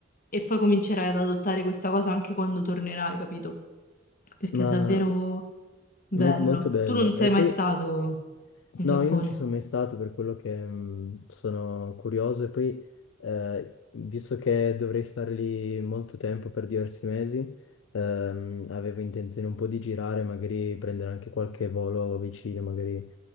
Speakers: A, on the left (about 45°); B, on the left (about 70°).
A: e poi comincerai ad adottare questa cosa anche quando tornerai, capito? Perché
B: ma
A: è davvero bello.
B: mo- molto bello.
A: Tu non sei
B: E poi...
A: mai stato in
B: No,
A: Giappone.
B: io non ci sono mai stato per quello che mh, sono curioso e poi, eh, visto che dovrei stare lì molto tempo per diversi mesi, ehm, avevo intenzione un po' di girare, magari prendere anche qualche volo vicino, magari